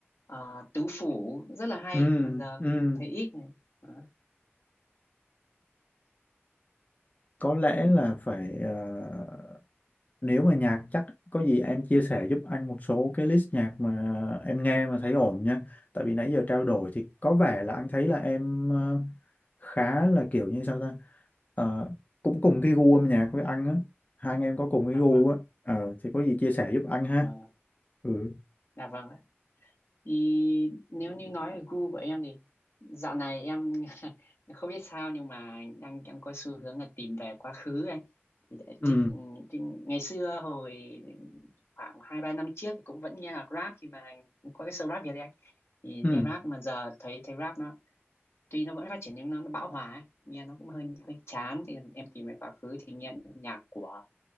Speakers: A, on the left (about 70°); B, on the left (about 35°).
A: ờ, tứ phủ rất là hay
B: ừ
A: mà giờ
B: ừ
A: cũng thấy ít này Đó.
B: có lẽ là phải ờ, nếu mà nhạc chắc có gì em chia sẻ giúp anh một số cái list nhạc mà em nghe mà thấy ổn nha tại vì nãy giờ trao đổi thì có vẻ là anh thấy là em ờ, khá là kiểu như sao ta Ờ, cũng cùng cái gu âm nhạc với anh á hai anh em có cùng cái
A: à
B: gu
A: vâng
B: á Ờ, thì có gì chia sẻ giúp anh ha
A: vâng
B: ừ
A: à vâng Thì nếu như nói về gu của em thì dạo này em <laughs> không biết sao nhưng mà đang đang có xu hướng là tìm về quá khứ ấy. Thì đã
B: ừ
A: thịnh, thịnh, ngày xưa hồi khoảng hai ba năm trước thì cũng vẫn nghe nhạc rap khi mà có cái show rap Việt ấy anh. thì nghe
B: ừ
A: rap mà giờ thấy thấy rap nó tuy nó vẫn phát triển nhưng nó, nó bão hòa ấy. nghe nó cũng hơi hơi chán thì em tìm về quá khứ thì nghe nhạc của